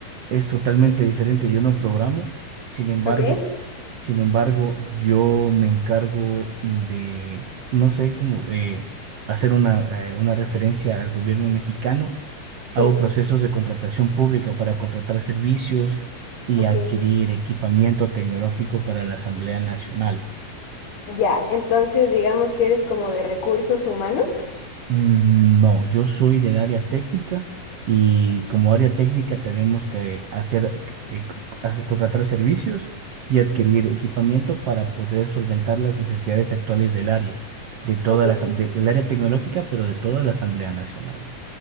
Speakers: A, on the right; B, on the left.
A: es totalmente diferente. Yo no programo, sin embargo,
B: ¿Ok?
A: sin embargo, yo me encargo de, no sé cómo, eh, hacer una, eh, una referencia al gobierno mexicano.
B: Sí.
A: Hago procesos de contratación pública para contratar servicios y
B: Ok.
A: adquirir equipamiento tecnológico para la Asamblea Nacional.
B: Ya. Entonces, digamos que eres como de recursos humanos.
A: Mm, No, yo soy del área técnica y como área técnica tenemos que hacer, eh, co- co- contratar servicios y adquirir equipamiento para poder solventar las necesidades actuales del área, de toda
B: Ok.
A: la, asam- de- del área tecnológica, pero de toda la Asamblea Nacional.